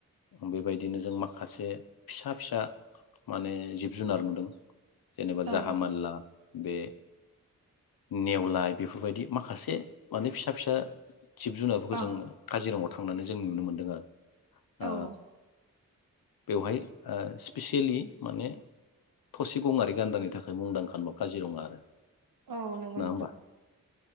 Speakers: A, on the left; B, on the right.
A: बेबायदिनो जों माखासे फिसा फिसा माने जिब जुनार नुदों जेनेबा
B: औ
A: जाहामालला बे नेवलाय बेफोरबायदि माखासे माने फिसा फिसा जिब जुनारफोरखौ
B: औ
A: जों काजिरङा थांनानै जों नुनो मोन्दों आरो आ
B: औ
A: बेवहाय स्पेसियेलि माने थसे गङारि गान्दानि थाखाय मुंदांखा होनबा काजिरङा आरो
B: औ नंगौ
A: नङा
B: नोंथां
A: होमबा